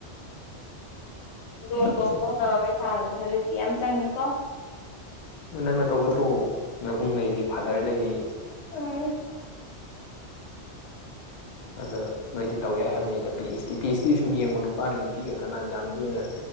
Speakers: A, on the left; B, on the left.
A: ꯗꯣꯡ ꯗꯣꯡ ꯇꯧꯅꯕ ꯄꯩꯁꯥꯗꯨꯅꯦ ꯍꯧꯖꯤꯛꯇꯤ ꯌꯥꯝ ꯆꯪꯉꯤꯀꯣ
B: ꯗꯨ ꯅꯪꯅ ꯇꯧꯒꯗ꯭ꯔꯣ ꯅꯕꯨꯡ ꯂꯩꯔꯤ ꯐꯥꯗꯔ ꯂꯩꯔꯤ
A: ꯎꯝ
B: ꯑꯗ ꯅꯣꯏꯗꯤ ꯇꯧꯌꯥꯏ ꯍꯥꯏꯕꯅꯤꯗ P H T P H T ꯁꯨꯝ ꯌꯦꯡꯉꯨ ꯅꯨꯄꯥꯒ ꯅꯨꯄꯤꯒ ꯀꯅꯥꯅ ꯌꯥꯝꯒꯦꯅ